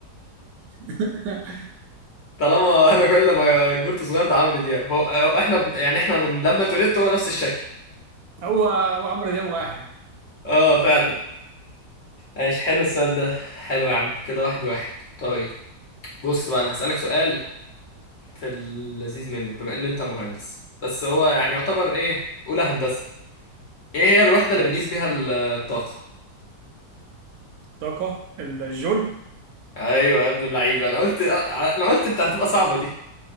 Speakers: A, on the right; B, on the left.
A: <laughs>
B: طالما انا كل ما كبرت صغير ده عمرو دياب هو آه، احنا بن- يعني احنا من لما اتولدت هو نفس الشكل
A: هو هو عمرو دياب واحد
B: اه فعلا ايش حلو السؤال ده حلو يا عم كده واحد واحد طيب بص بقى انا هسألك سؤال في اللذيذ منه بما ان انت مهندس بس هو يعني يعتبر ايه اولى هندسة ايه هي الوحدة
A: ماشي
B: اللي بنقيس بيها ال- الطاقة
A: طاقه الجول
B: ايوه يا ابن اللعيبة انا قلت انا قلت انت هتبقى صعبة دي